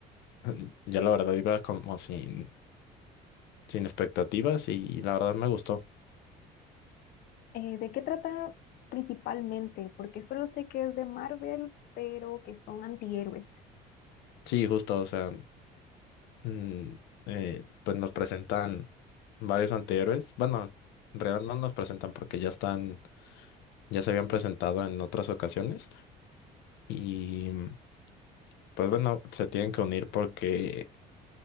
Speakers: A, on the left; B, on the left.
A: <laughs> Ya la verdad iba como sin, sin expectativas y la verdad me gustó.
B: Eh, ¿de qué trata principalmente? Porque solo sé que es de Marvel, pero que son antihéroes.
A: Sí, justo, o sea, mm, eh, pues nos presentan varios antihéroes. Bueno, en realidad no nos presentan porque ya están, ya se habían presentado en otras ocasiones. Y mm, pues bueno, se tienen que unir porque